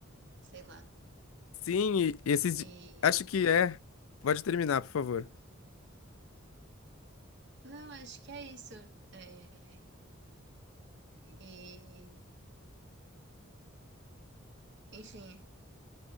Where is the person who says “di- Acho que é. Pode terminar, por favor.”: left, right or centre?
Left